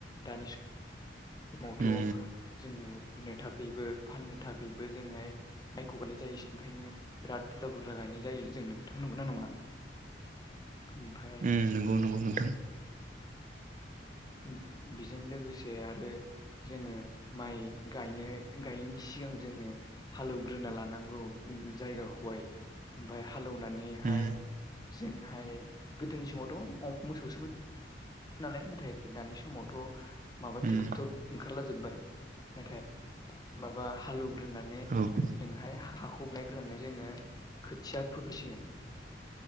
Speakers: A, on the left (about 20°); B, on the right (about 45°).
A: दानि स मावथ'
B: उम
A: जोङो नो थाखैबो फाननो थाखैबो जोंङो माइखौ गायनाय जायोसै ओंखायनो बिराद बुरजा बुरजा गायनाय जायो जों नोंथां नंगौना नङा? ओमफ्राय
B: ओं नोंगौ नोंगौ नोंथां।
A: उम बिजों लोगोसे आरो जोङो माइ गायनो गायिनि सिगां जोङो हालौवग्रोना लानांगौ उम जायगाखौहाय ओमफाय हालौनानैहाय
B: उम
A: जोंहाय गोदोनि समावथ' अ मोसौसोमोन नालाय नाथाय दानि समावथ' माबा
B: उम
A: थेक्टर ओंखारलाजोबबाय नाथाय माबा हालेवग्रोनानै
B: औ
A: नोंहाय हााखबनायग्रोनानै जोङो खोथिया फोग्रसिगोन